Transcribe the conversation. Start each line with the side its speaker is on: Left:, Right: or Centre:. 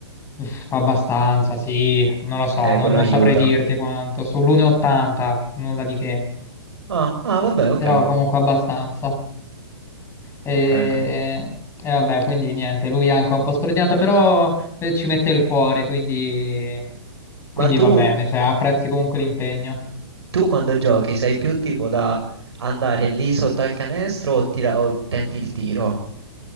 Left: Uff, abbastanza, sì, non lo so,
Right: Eh,
Left: non,
Right: quello
Left: non
Right: aiuta.
Left: saprei dirti quanto. Sull'1,80, nulla di che.
Right: Ah, ah, vabbè, ok.
Left: Però comunque abbastanza. E,
Right: Ok, ok.
Left: e vabbè, quindi niente, lui è anche un po' scordinato, però eh, ci mette il cuore, quindi, quindi
Right: Ma tu,
Left: va bene, cioè apprezzi comunque l'impegno.
Right: tu quando giochi sei più tipo da andare lì sotto al canestro o, tira- o tenti il tiro?